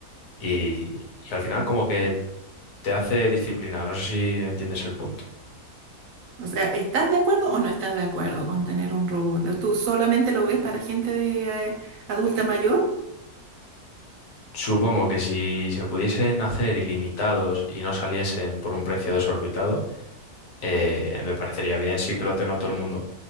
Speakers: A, on the left; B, on the right.
A: y, y al final como que te hace disciplinado. No sé si entiendes el punto.
B: O sea, ¿estás de acuerdo o no estás de acuerdo con tener un robot? ¿Tú solamente lo ves para gente de, eh, adulta mayor?
A: Supongo que si se pudiesen hacer ilimitados y no saliesen por un precio desorbitado, eh, me parecería bien, sí que lo tenga todo el mundo.